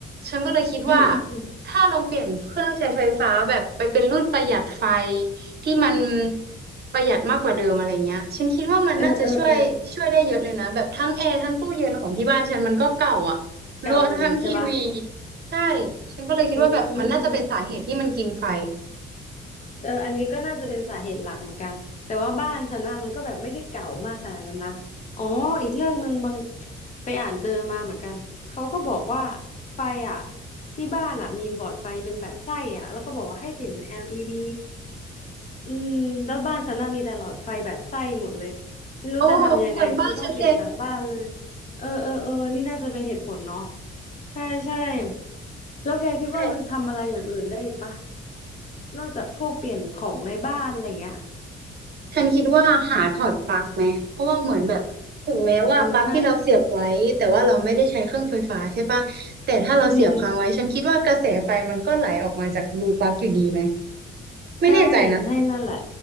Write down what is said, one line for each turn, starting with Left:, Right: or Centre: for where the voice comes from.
Right: ฉันก็เลยคิดว่า
Left: อืมอืมอืม
Right: ถ้าลองเปลี่ยนเครื่องใช้ไฟฟ้าแบบไปเป็นรุ่นประหยัดไฟ ที่มันประหยัดมากกว่าเดิมอะไรเงี้ยฉันคิดว่ามันน่าจะช่วยช่วยได้เยอะเลยนะแบบทั้งแอร์ทั้งตู้เย็นของที่บ้านฉันมันก็เก่าอ่ะ
Left: เออเออเออเก่าหมดเลยใช่ปะ
Right: รวมทั้งทีวีใช่ฉันก็เลยคิดว่าแบบมันน่าจะเป็นสาเหตุที่มันกินไฟ
Left: อืมเอออันนี้ก็น่าจะเป็นสาเหตุหลักเหมือนกันแต่ว่าบ้านฉันนะมันก็แบบไม่ได้เก่ามากขนาดนั้นนะอ๋ออีกเรื่องหนึ่งบางไปอ่านเจอมาเหมือนกันเขาก็บอกว่าไฟอ่ะที่บ้านอ่ะมีหลอดไฟเป็นแบบไส้อ่ะแล้วเขาบอกว่าให้เปลี่ยนเป็น LED อืมแล้วบ้านฉันน่ะมีแต่หลอดไฟแบบไส้หมดเลยไม่รู้จะทำยังไงก็ต้องเปลี่ยนทั้งบ้านเลย
Right: โอ้เหมือนบ้านฉันเลย
Left: เออเออเออนี่น่าจะเป็นเหตุผลเนาะใช่ใช่แล้วแกคิดว่ามันทำอะไรอย่างอื่นได้อีกปะ
Right: แต่
Left: นอกจากพวกเปลี่ยนของในบ้านอะไรเงี้ย
Right: ฉันคิดว่าหาถอดปลั๊กไหมเพราะว่าเหมือนแบบถึงแม้ว่าปลั๊กที่เราเสียบไว้แต่ว่าเราไม่ได้ใช้เครื่องไฟฟ้าใช่ปะแต่ถ้าเราเสียบค้างไว้ฉันคิดว่ากระแสไฟมันก็ไหลออกมาจากรูปลั๊กอยู่ดีไหม
Left: อ๋อเออใช่อืมอืม
Right: ไม่แน่ใจนะ
Left: ใช่ ใช่นั่นแหละ